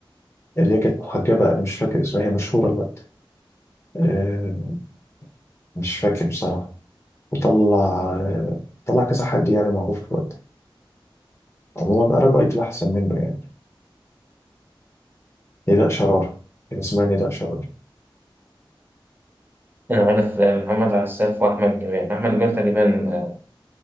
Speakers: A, on the left; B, on the right.
A: اللي هي كانت محجبه انا مش فاكر اسمها هي مشهوره الوقت آه، مش فاكر بصراحه وطلع آه، طلع كذا حد يعني معروف الوقت عموما عرب ايدول احسن منه يعني نداء شراره كان اسمها نداء شراره
B: أنا عارف آه، محمد عساف وأحمد جمال أحمد جمال تقريبا آه،